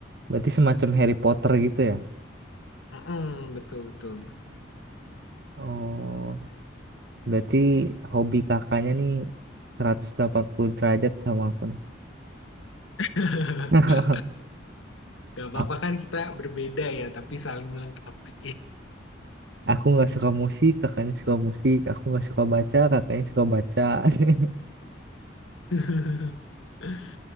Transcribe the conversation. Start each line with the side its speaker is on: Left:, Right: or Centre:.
Right: Berarti semacam Harry Potter gitu ya?
Left: Mm-mm, betul betul.
Right: Oh, berarti hobi kakaknya nih 180 derajat sama aku nih.
Left: <laughs>
Right: <laughs>
Left: Gak apa-apa
Right: Aku
Left: kan kita berbeda ya, tapi saling melengkapi.
Right: <laughs> aku nggak suka musik, kakaknya suka musik. Aku nggak suka baca, kakaknya suka baca.
Left: <laughs>